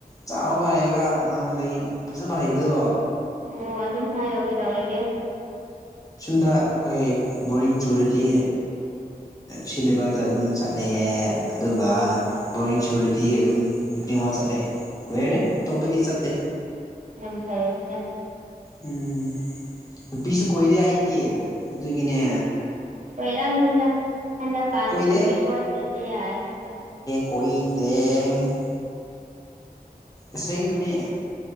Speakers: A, on the left; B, on the right.
A: ꯆꯥꯎꯕ ꯂꯩꯒ ꯂꯩ ꯐꯖꯕ ꯂꯩꯕꯗꯣ
B: ꯑꯣ ꯑꯗꯨꯝ ꯍꯥꯏꯌꯣ ꯀꯩꯗꯧꯔꯒꯦ
A: ꯁꯨꯝꯗ ꯑꯩꯈꯣꯏ ꯕꯣꯔꯤꯡ ꯆꯨꯔꯗꯤ ꯁꯤꯜꯂꯤꯕꯜꯗ ꯑꯗꯨꯝ ꯆꯠꯂꯦ ꯑꯗꯨꯒ ꯕꯣꯔꯤꯡ ꯁꯨꯔꯗꯤ ꯑꯗꯨꯝ ꯏꯚꯤꯅꯤꯡ ꯋꯥꯛ ꯆꯠꯂꯦ ꯂꯣꯏꯔꯔꯦ ꯑꯇꯧꯕꯗꯤ ꯆꯠꯇꯦ
B: ꯌꯥꯝ ꯐꯩꯌꯦꯅꯦ
A: ꯎꯝ ꯅꯨꯄꯤꯁꯨ ꯀꯣꯏꯗꯦ ꯑꯩꯗꯤ ꯑꯗꯨꯒꯤꯅꯦ
B: ꯀꯣꯏꯔꯝꯅꯤꯗ ꯍꯟꯗꯛꯀ
A: ꯀꯣꯏꯗꯦ
B: ꯅꯨꯄꯤ ꯄꯣꯠꯇꯗꯤ ꯌꯥꯔꯅꯤꯗ
A: ꯍꯨꯏꯗꯦꯡ ꯑꯁꯦꯡꯕꯅꯦ